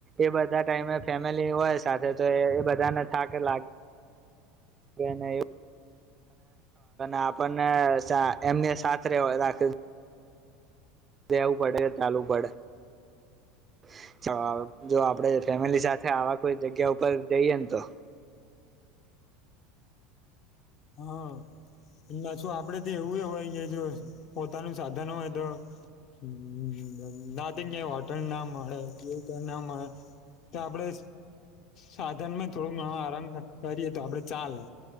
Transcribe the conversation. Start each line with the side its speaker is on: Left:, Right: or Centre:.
Right: એ બધા ટાઈમે ફેમિલી હોય સાથે તો એ બધાને થા કે લાગે આપણને એમને સાથે રહે રાખી લેવું પડે ચાલવું પડેાલ જો આપડે ફેમિલી સાથે આવા કોઈ જગ્યા ઉપર જઈયએ ને તો
Left: હાછું આપડે તો એવું હોય કે જો પોતાનું સાધન હોય તો હ નાથી ક હોટલ ના મળે ના મળે તો આપડે સાધનમાં થોડુંક ઘણો આરામ કરીએ તો આપડે ચાલે